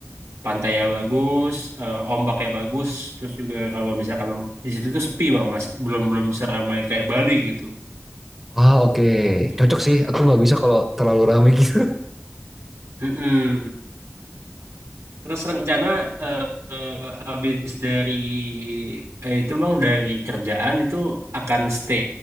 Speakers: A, on the right (about 90°); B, in the centre.
A: Pantainya bagus, eh, ombaknya bagus, terus juga kalau misalkan di situ tuh sepi bang, masih belum belum seramai kayak Bali gitu.
B: Ah oke,
A: Gitu.
B: Cocok sih. Aku nggak bisa kalau terlalu rame gitu.
A: Mm-mm. Terus rencana eh, eh, habis dari eh, itu Bang dari kerjaan itu akan stay